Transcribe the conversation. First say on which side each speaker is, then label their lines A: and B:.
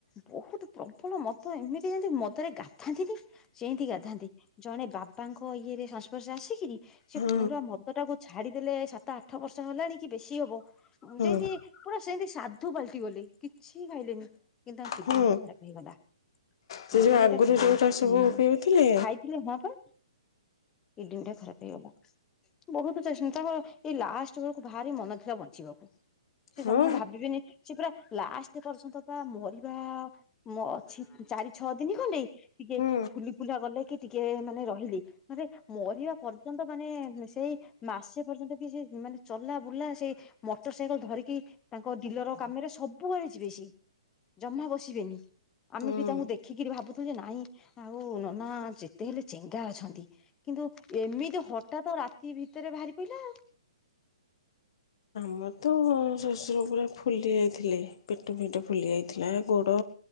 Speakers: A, on the left; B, on the left.
A: ବୋହୁତ ପ୍ରବଳ ମଦ ଏମିତି ଯେମତି ମଦରେ ଗାଧାନ୍ତିନି। ସେମିତି ଗାଧାନ୍ତି ଜଣେ ବାବାଙ୍କ ଇଏରେ ସଂସ୍ପର୍ଶ ଆସିକିରିି ସେ
B: ହଁ
A: ପୁରା ମ ଦଟାକୁ ଛାଡିଦେଲେ ସାତ ଆଠ ବର୍ଷ ହେଲାଣି କି ବେଶୀ ହବ
B: ହଁ
A: ଯେମତି ପୁରା ସେମିତି ସାଧୁ ପାଲ୍ଟି ଗଲେ କିଛି ଖାଇଲେନି କିନ୍ତୁ ତାଙ୍କ କିଡନୀ
B: ହଁ
A: ଟା ଖରାପ ହେଇଗଲା।
B: ସେ
A: କିଡିନୀ
B: ଯୋଉ ଆଗରୁ
A: ଟା ଖରାପ
B: ଯୋଉଟା
A: ହୁଁ
B: ସବୁ ପିଉଥିଲେ
A: ଖାଇଥିଲେ ହଁ ପା କିଡିନୀ ଟା ଖରାପ ହେଇଗଲା। ବୋହୁତ ଚେ <unintelligible> ତାଙ୍କର ଏଇ ଲାଷ୍ଟ ବେଳକୁ ଭାରି ମନ ଥିଲା ବଞ୍ଚିବାକୁ। ସେ
B: ହଁ
A: ଯମା ଭାବିବେନି ସେ ପୁରା ଲାଷ୍ଟ ପର୍ଯ୍ୟନ୍ତ ବା ମରିବା ଅଛି ଚାରି ଛଅ ଦିନ ଖଣ୍ଡେ ଟିକେ
B: ହଁ
A: ଫୁଲି ଫୁଲା ଗଲେ କି ଟିକେ ମାନେ ରହିଲି ମାନେ ମରିବା ପର୍ଯ୍ୟନ୍ତ ମାନେ ସେଇ ମାସେ ପର୍ଯ୍ୟନ୍ତ କି ସେ ମାନେ ଚଲା ବୁଲା ସେଇ ମୋଟର ସାଇକେଲ ଧରିକି ତାଙ୍କ ଡିଲର କାମ ସବୁଆଡ ଯିବେ ସେ ଜମା ବସିବେନି। ଆମେ
B: ହୁଁ।
A: ବି ତାଙ୍କୁ ଦେଖିକିରି ଭାବୁଥୁ ଯେ ନାଇଁ ଆଉ ନନା ଯେତେ ହେଲେ ଚେଙ୍ଗା ଅଛନ୍ତି କି କିନ୍ତୁ ଏମିତି ହଠାତ ରାତି ଭିତରେ ବାହାରି ପଡିଲା ଆଉ।
B: ଆମର ତ ଶଶୁର ପୁରା ଫୁଲି ଯାଇଥିଲେ ପେଟ ଫେଟ ଫୁଲି ଯାଇଥିଲା ଗୋଡ